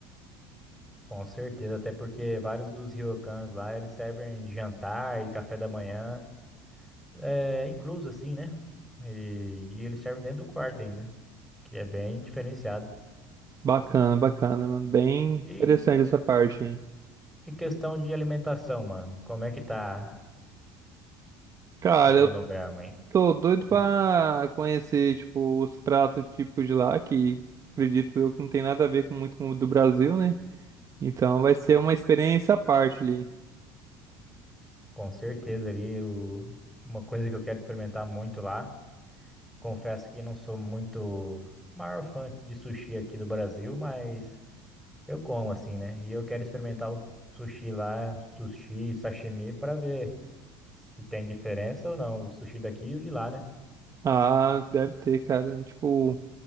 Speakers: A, in the centre; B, on the right.
A: Com certeza, até porque vários dos ryokans lá, eles servem jantar e café da manhã, é, incluso assim, né? E, e eles servem dentro do quarto ainda, que é bem diferenciado.
B: Bacana, bacana, mano. Bem
A: E,
B: interessante essa parte, hein?
A: e questão de alimentação, mano, como é que tá
B: Cara,
A: o cronograma,
B: eu
A: hein?
B: tô doido pra
A: Hum.
B: conhecer, tipo, os pratos típicos de lá, que acredito eu que não tem nada a ver com muito com o do Brasil, né? Então vai ser uma experiência à parte ali.
A: Com certeza ali, o- uma coisa que eu quero experimentar muito lá, confesso que não sou muito maior fã de sushi aqui do Brasil, mas... Eu como assim, né? E eu quero experimentar o sushi lá, sushi, sashimi, para ver se tem diferença ou não, o sushi daqui e o de lá, né?
B: Ah, deve ter, cara. Tipo.